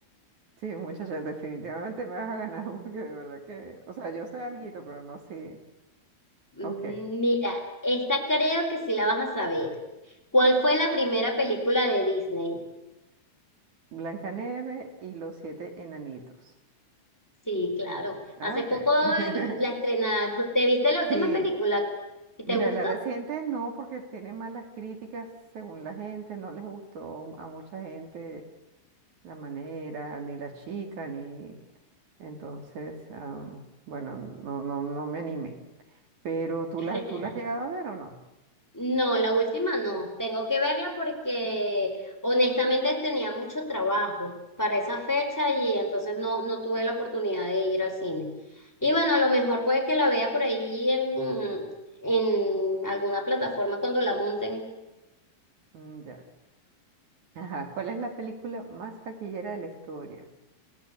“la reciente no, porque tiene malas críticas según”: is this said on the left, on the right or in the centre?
Right